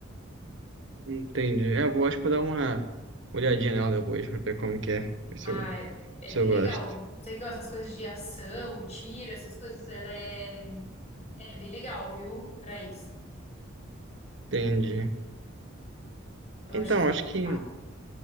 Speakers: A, on the right; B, on the left.
A: Entendi. É, eu vou, acho que vou dar uma olhadinha nela depois pra ver como que é, ver se
B: Ah,
A: eu,
B: é, é
A: se
B: bem
A: eu
B: legal.
A: gosto.
B: Sei que essas coisas de ação, tiro, essas coisas, ela é, é bem legal, viu? Pra isso.
A: Entendi.
B: Eu
A: Então,
B: acho que você vai
A: acho que
B: gostar.